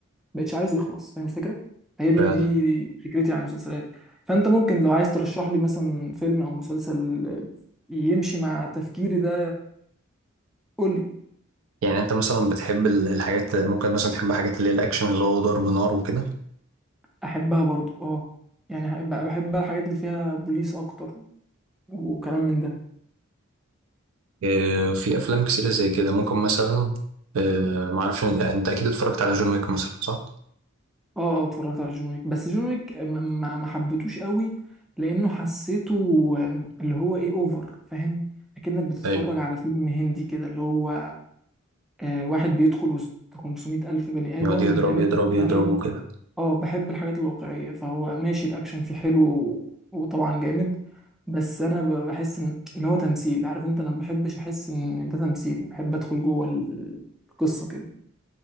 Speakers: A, in the centre; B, on the right.
A: مبقتش عايزه يخلص فاهم الفكره هي دي
B: فعلا
A: دي فكرتي عن المسلسلات فانت ممكن لو عايز ترشح لي مثلا فيلم او مسلسل يمشي مع تفكيري ده قول لي
B: يعني انت مثلا بتحب ال- الحاجات ممكن مثلا تحب حاجات اللي هي الاكشن اللي هو ضرب نار وكده
A: احبها برضو اه يعني بحب بحب بقى الحاجات اللي فيها بوليس اكتر وكلام من ده
B: اه في افلام كتيرة زي كده ممكن مثلا اه ما اعرفش انت انت اكيد اتفرجت على جون ويك مثلا صح؟
A: اه اه اتفرجت على جون ويك بس جون ويك م- ما ما حبيتوش قوي لانه حسيته آه، اللي هو ايه اوفر فاهم اكنك بتتفرج
B: ايوه
A: على فيلم هندي كده اللي هو آه واحد بيدخل وسط 500 الف بني ادم
B: يقعد يضرب
A: لان
B: يضرب يضرب
A: انا بحب
B: وكده
A: اه بحب الحاجات الواقعيه فهو ماشي الاكشن فيه حلو و- وطبعا جامد بس انا ب- بحس ان إن هو تمثيل عارف انت انا ما بحبش احس ان ده تمثيل بحب ادخل جوه ال- القصه كده